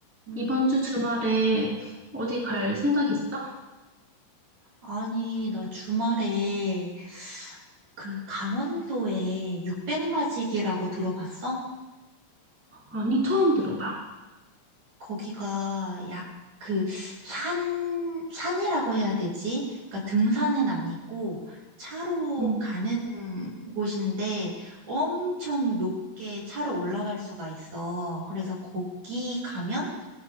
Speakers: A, on the right; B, in the centre.
A: 음,
B: 이번 주 주말에 어디 갈 생각 있어?
A: 아니, 나 주말에 그 강원도에 육백마지기라고 들어봤어?
B: 아니, 처음 들어봐.
A: 거기가 약 그 산, 산이라고 해야 되지? 그러니까 등산은 아니고 차로
B: 음.
A: 가는 곳인데 엄청 높게 차로 올라갈 수가 있어. 그래서 거기 가면